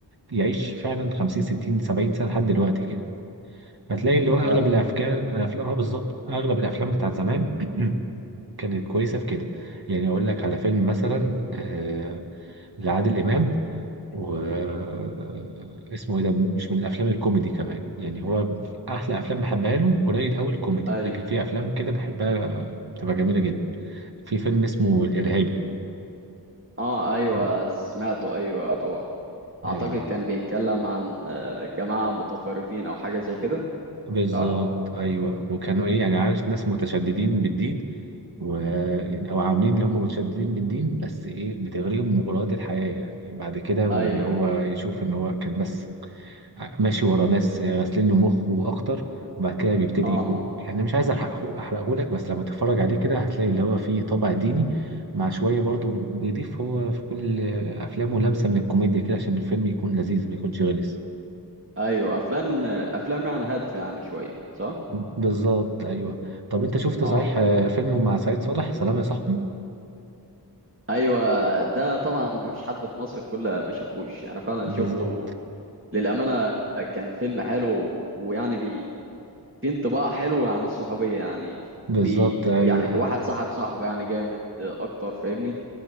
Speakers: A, on the right; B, on the right.
A: يعيش فعلا 50 60 70 سنه لحد دلوقتي كده هتلاقي اللي
B: أيوة
A: هو اغلب
B: فعلا
A: الافكار افلام اه بالظبط اغلب الافلام بتاعت زمان <clears throat> كانت كويسه في كده يعني اقول لك على فيلم مثلا آه لعادل امام و آه، اسمه ايه ده مش من الافلام الكوميدي كمان يعني هو احلى افلام بحبها له قليل قوي الكوميدي
B: ايوه
A: لكن في افلام كده بحبها بتبقى جميله جدا في فيلم اسمه الارهابي
B: اه ايوه
A: ال-
B: سمعته ايوه طبعا
A: ايوه
B: اعتقد كان بيتكلم عن آه، جماعة متطرفين او حاجة زي كده
A: بالظبط
B: صح
A: ايوه وكانوا ايه يعني عارف ناس متشددين بالدين ويعني او عاملين اللي هم متشددين بالدين بس ايه بتغريهم مغريات الحياه يعني بعد كده وان
B: ايوه
A: هو
B: أيوة.
A: يشوف ان هو كان بس ماشي ورا ناس غاسلين له مخه اكتر وبعد كده بيبتدي
B: اه
A: يفوق يعني مش عايز احرقه احرقه لك بس لما تتفرج عليه كده هتلاقي اللي هو فيه طابع ديني مع شويه برضو بيضيف هو في كل افلامه لمسه من الكوميديا كده عشان الفيلم يكون لذيذ ما يكونش غلس
B: ايوه افلام افلام يعني هادفة يعني شوية صح
A: بالظبط ايوه طب انت شفت
B: اه
A: صحيح آه، فيلمه مع سعيد صالح سلام يا صاحبي
B: ايوه ده طبعا مفيش حد في مصر كله ما شافوش انا فعلا
A: بالظبط
B: شفته للأمانة كان فيلم حلو و- ويعني بي في انطباع حلو عن الصحوبية يعني
A: بالظبط
B: بي
A: ايوه
B: يعني واحد صاحب صاحبه يعني جامد اكتر فاهمني